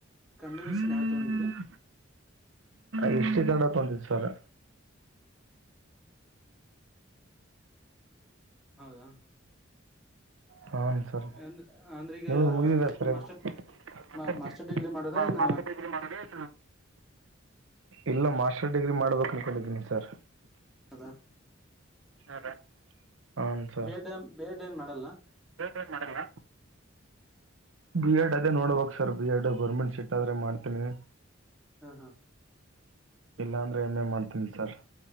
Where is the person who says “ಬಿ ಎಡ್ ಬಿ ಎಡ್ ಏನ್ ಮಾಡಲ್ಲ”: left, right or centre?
Centre